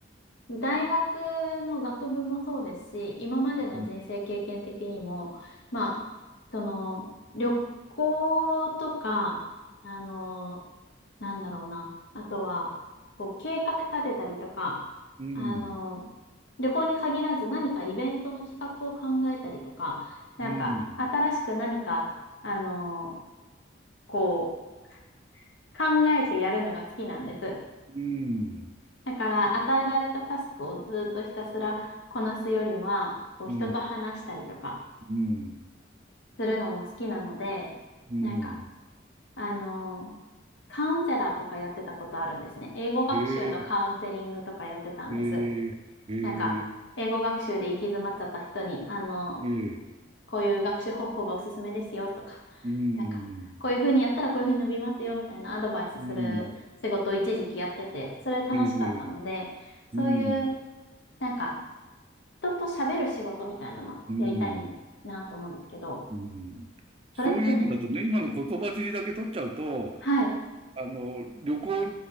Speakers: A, on the left; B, on the right.
A: ん大学の学部もそうですし、今までの人生経験的にも、
B: うん、
A: まあ、その、旅行とか、あの、なんだろうな。あとは、こう、計画立てたりとか、
B: うん、
A: あの、旅行に限らず何かイベントの企画を考えたりとか、なんか、
B: うん、
A: 新しく何か、あの、こう、考えてやるのが好きなんです。
B: うん、
A: だから、与えられたタスクをずっとひたすらこなすよりは、こう、
B: う
A: 人と話したりとか
B: ん、
A: するのも好きなので、
B: うん、
A: なんか、あのーカウンセラーとかやってたことあるんですね。英語学習のカウンセリングとかやってたんです。
B: へえ、へえ、へえ、
A: なんか、英語学習で行き詰まっちゃった人に、あのー
B: へえ、
A: こういう学習方法がおすすめですよとか、
B: うん、
A: なんか、こういうふうにやったらこういうふうに伸びますよみたいなアドバイスする仕事を一時期やってて、
B: うん、
A: それ楽しかったので、
B: ええ、
A: そういう、
B: うん、
A: なんか、人と喋る仕事みたいなのやりたいなと思うんですけど、
B: うん、うん。そういう意味だとね、
A: それってね、
B: 今の言葉尻だけ取っちゃうと、
A: はい、
B: あの、旅行